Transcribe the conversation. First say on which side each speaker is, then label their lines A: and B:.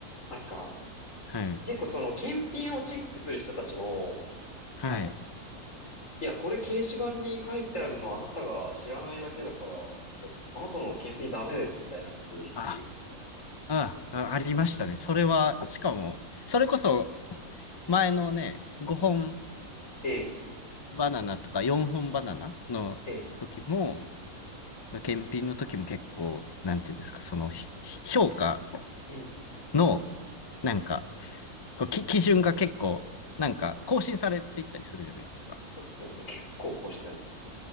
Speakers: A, on the left; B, on the left.
A: なんか、
B: はい。
A: 結構その検品をチェックする人たちも、なんか、
B: はい。
A: いや、これ掲示板に書いてあるのあなたが知らないだけだから、なんかあなたの検品ダメですみたいなこと言う人もいるので。
B: あ、あ、あ、ありましたね。それは、しかも、それこそ、前のね、5本
A: ええ、
B: バナナとか4本バナナの時も、
A: ええ、
B: 検品の時も結構、なんていうんですか、そのひ評価
A: うん。
B: の、なんか、こうき基準が結構、なんか更新されていったりするじゃないですか。
A: そうっすよね。結構更新されますよね。